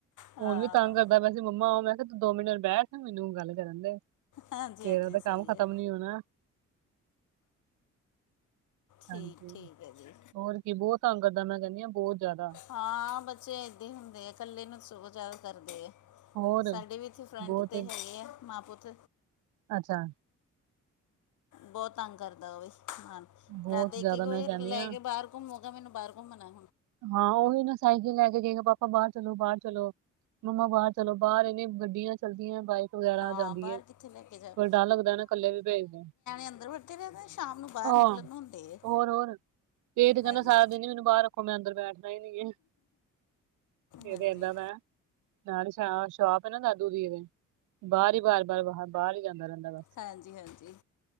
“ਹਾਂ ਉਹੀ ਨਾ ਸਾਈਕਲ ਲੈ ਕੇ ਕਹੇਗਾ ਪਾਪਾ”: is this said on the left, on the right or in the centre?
Right